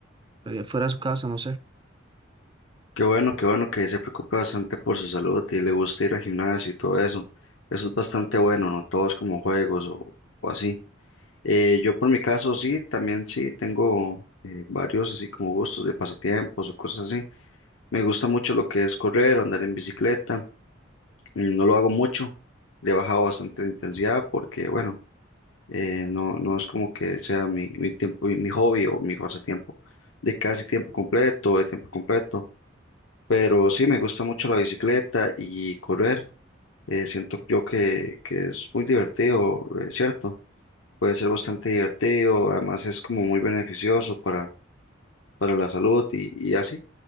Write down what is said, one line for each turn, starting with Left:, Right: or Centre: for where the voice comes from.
Right: eh, fuera de su casa, no sé.
Left: Qué bueno, qué bueno que se preocupe bastante por su salud y le gusta ir al gimnasio y todo eso. Eso es bastante bueno, ¿no? Todos como juegos o, o así. Eh, yo por mi caso sí, también sí tengo eh, varios así como gustos de pasatiempos o cosas así. Me gusta mucho lo que es correr o andar en bicicleta. Mm, No lo hago mucho, le he bajado bastante la intensidad porque, bueno, eh, no, no es como que sea mi, mi tiempo, mi mi hobby o mi pasatiempo de casi tiempo completo, de tiempo completo. Pero sí, me gusta mucho la bicicleta y correr. eh, siento yo que, que es muy divertido, eh, ¿cierto? Puede ser bastante divertido, además es como muy beneficioso para, para la salud y, y así.